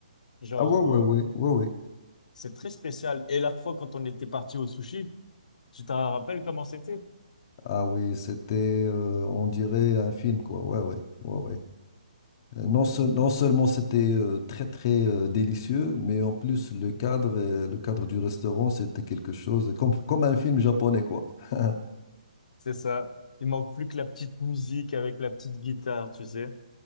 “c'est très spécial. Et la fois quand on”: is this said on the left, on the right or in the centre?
Left